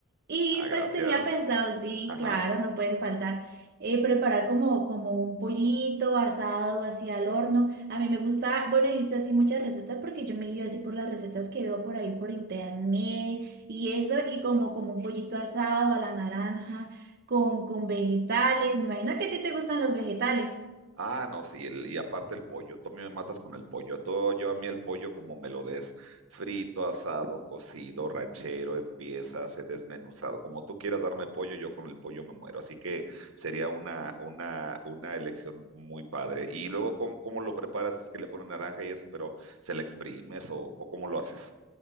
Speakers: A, on the right; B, on the right.
A: Y
B: Ah, gracias.
A: pues tenía pensado, sí,
B: Ajá.
A: claro, no puedes faltar, eh, preparar como, como un pollito asado, así al horno. A mí me gusta, bueno, he visto así muchas recetas porque yo me guío así por las recetas que veo por ahí por internet y eso, y como, como un pollito asado a la naranja, con, con vegetales. Me imagino que a ti te gustan los vegetales.
B: Ah, no, sí, el- y aparte el pollo, tú a mí me matas con el pollo, tú, yo a mí el pollo como me lo des, frito, asado, cocido, ranchero, en piezas, eh, desmenuzado, como tú quieras darme pollo, yo con el pollo me muero, así que sería una, una, una elección muy padre. Y luego, ¿cómo, cómo lo preparas? Es que le ponen naranja y eso, pero ¿se le exprimes o, o cómo lo haces?